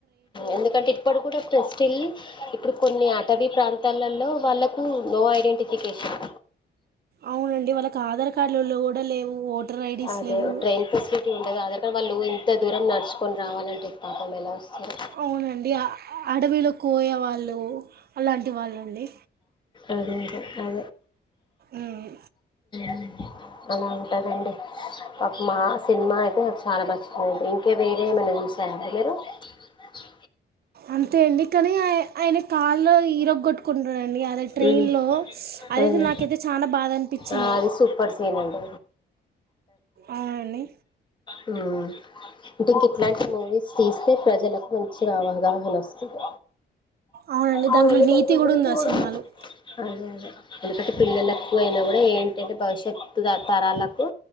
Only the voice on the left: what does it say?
ఎందుకంటే ఇప్పుడు కూడా స్టిల్ ఇప్పుడు కొన్ని అటవీ ప్రాంతాలలో వాళ్ళకు నో ఐ డెంటిఫికేషన్
అదే
ట్రెయిన్ ఫెసిలిటి ఉండ అద ఇక్కడ వాళ్ళు ఇంత దూరం నడుచుకుని రావాలంటే పాపం ఎలా వస్తారు
అదే అదే
అదే అలా ఉంటదండి పాపం ఆ సినిమా అయితే నాకు చాలా నాచ్చిందడి ఇంకే వేరే ఏమైనా చూసారడి మీరు కే
ఉమ్,
అదే
ఆ అది సూపర్ సీన్ అండి
హ్మ్ అంటే ఇంక ఇట్లాంటి మూవీస్ తీస్తే ప్రజలకు మంచిగా అవగాహన వస్తుంది
వు
వెళీతి
కూడా
అదే అదే ఎందుకంటే పిల్లలకు అయినా కూడా ఏంటంటే భవిష్యత్తు తరాలకు